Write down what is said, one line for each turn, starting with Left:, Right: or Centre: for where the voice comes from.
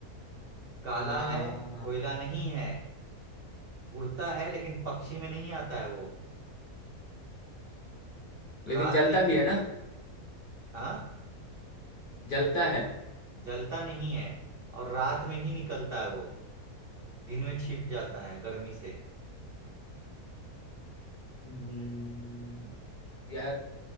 Right: काला
Left: हाँ
Right: है कोयला नहीं है उड़ता है लेकिन पक्षी में नहीं आता है वो
Left: लेकिन
Right: रात
Left: जलता
Right: में ही
Left: भी है ना
Right: हाँ
Left: जलता है
Right: जलता नहीं है और रात में ही निकलता है वो दिन में छिप जाता है गर्मी से
Left: हम्म, यार